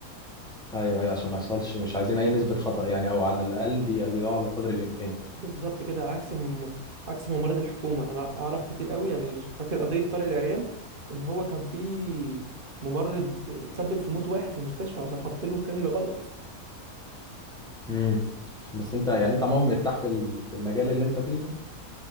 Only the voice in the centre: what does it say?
ايوه ايوه عشان ما يحصلش مش عايزين اي نسبه خطا يعني او على الاقل بيقللوها على قدر الامكان
امم بس انت يعني انت عموما مرتاح في ال- في المجال اللي انت فيه ده